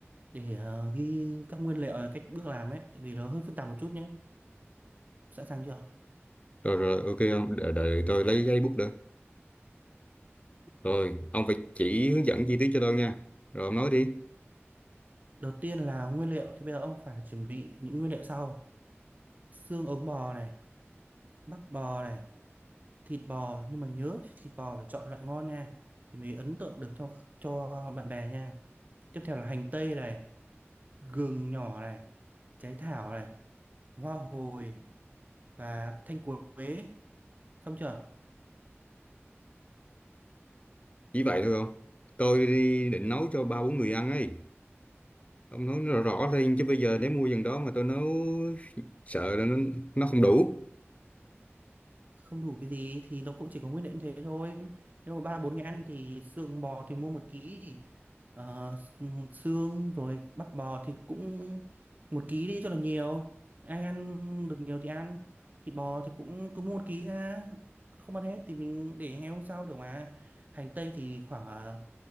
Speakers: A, on the right; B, on the left.
A: để ờ, ghi các nguyên liệu ờ, cách bước làm ấy, tại vì nó hơi phức tạp một chút nhé. Sẵn sàng chưa?
B: Rồi rồi ok ông đợi, đợi tôi lấy giấy bút nữa. Rồi ông phải chỉ hướng dẫn chi tiết cho tôi nha. Rồi ông nói đi.
A: Đầu tiên là nguyên liệu thì bây giờ ông phải chuẩn bị những nguyên liệu sau. Xương ống bò này, bắp bò này, thịt bò nhưng mà nhớ thịt bò phải chọn loại ngon nha thì mới ấn tượng được cho cho bạn bè nha. Tiếp theo là hành tây này, gừng nhỏ này, trái thảo này, hoa hồi và thanh quế. Xong chưa?
B: Chỉ vậy thôi không? Tôi đi định nấu cho ba bốn người ăn ấy. Ông nói rõ rõ lên chứ bây giờ nếu mua dần đó mà tôi nấu sợ là nó, nó không đủ.
A: không đủ cái gì thì nó cũng chỉ có nguyên liệu như thế thôi nếu mà ba bốn người ăn thì xương bò thì mua một ký ờ, xương rồi bắp bò thì cũng một ký đi cho là nhiều ai ăn được nhiều thì ăn thịt bò thì cũng cứ mua một ký ra không ăn hết thì mình để ngày hôm sau được mà hành tây thì khoảng ờ,